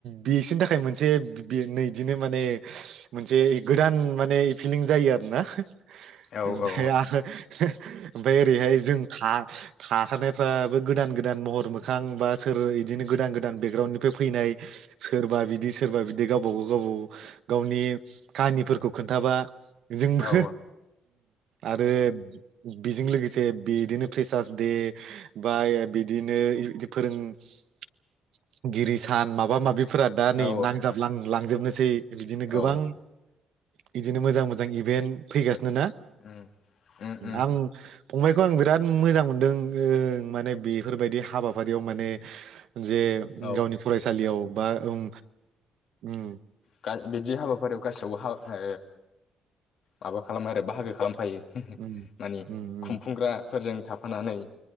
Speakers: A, on the right; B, on the left.
A: बेसिनि थाखाय मोनसे नैदिनो माने मोनसे गोदान माने फिलिं जायो आरो ना
B: औ
A: ओमफ्राय
B: औ
A: <inaudible> ओमफ्राय ओरैहाय जों था थाखानायफ्राबो गोदान गोदान महर मोखां बा सोर बिदिनो गोदान गोदान बेकग्राउन्डनिफ्राय फैनाय सोरबा बिदि सोरबा बिदि गावबागाव गावबागाव गावनि काहानिफोरखौ खोन्थाबा जोंबो
B: औ
A: आरो बेजों लोगोसे बिदिनो प्रेसार्स दे बाय बिदिनो फोरोंगिरि सान माबा माबि फोर दा नै
B: औ
A: नांजाबलां लांजोबनो सै बिदिनो गोबां
B: औ
A: बिदिनो मोजां मोजां इभेन्ट फैगासिनो नो ना
B: उम उम उम
A: आं फंबाय बेखौ आं बिराद मोजां मोनदों ओ माने बेफोरबायदि हाबाफारियाव माने जे
B: औ
A: गावनि फरायसालियाव बा ओं ओ
B: गा बिदि हाबाफारियाव गासैयावबो हाव हो माबा खालामो आरो बाहागो खालामफायो
A: उम
B: मानिे
A: उम उम
B: खुंफुंग्राफोरजों थाफानानै